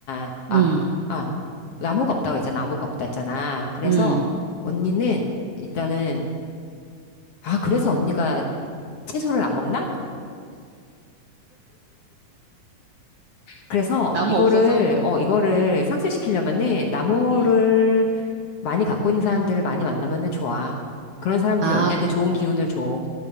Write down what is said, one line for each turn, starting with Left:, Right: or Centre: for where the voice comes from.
Left: 아,
Right: 음,
Left: 아, 아, 나무가 없다 그랬잖아. 나무가 없다 했잖아. 그래서
Right: 음.
Left: 언니는 일단은, 아, 그래서 언니가 채소를 안 먹나? 그래서
Right: 나무
Left: 이거를,
Right: 없어서?
Left: 어, 이거를
Right: 음,
Left: 상쇄시키려면은 나무를
Right: 음.
Left: 많이 갖고 있는 사람들을 많이 만나면은 좋아. 그런 사람들이
Right: 아,
Left: 언니한테 좋은 기운을 줘.